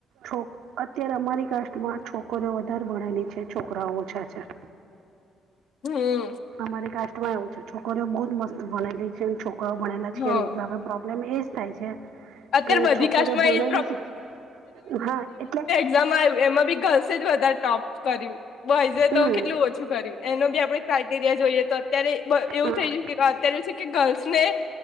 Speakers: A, on the right (about 75°); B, on the left (about 70°).
A: છોક, અત્યારે અમારી કાસ્ટમાં છોકરીઓ વધાર ભણેલી છે છોકરાઓ ઓછા છે.
B: હમ.
A: અમારી કાસ્ટમાં એવું છે છોકરીઓ બહુ જ મસ્ત ભણેલી છે, ન છોક છોકરાઓ ભણેલા છે
B: હા
A: કે નહી એટલે હવે પ્રોબ્લેમ એજ થાય છે
B: અત્યારે
A: કે
B: બધી
A: છોકરી
B: કાસ્ટમાં
A: ભણેલી
B: એજ
A: છે. હા, એટલે
B: જેમાં એમાં બી ગર્લ્સે જ વધારે ટોપ કર્યું બોઈઝે
A: હમ
B: તો કેટલું ઓછું કર્યું. એનો બી આપણે ક્રઇટેરિયા જોઈએ તો અત્યારે એવું
A: હા
B: થઈ જ અત્યારે એ છે કે ગર્લ્સ ને,